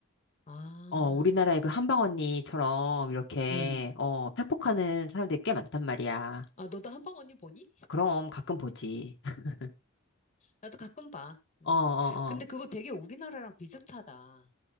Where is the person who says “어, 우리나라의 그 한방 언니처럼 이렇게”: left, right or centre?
Left